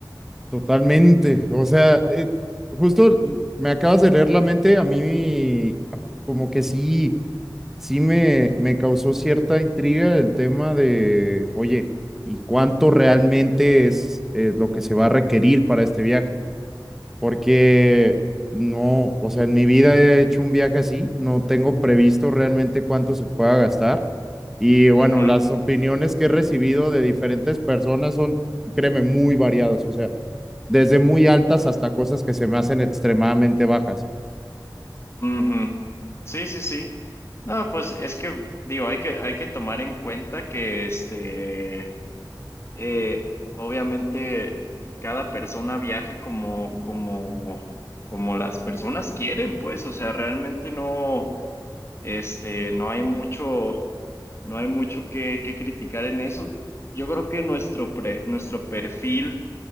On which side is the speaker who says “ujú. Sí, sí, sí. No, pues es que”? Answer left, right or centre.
Left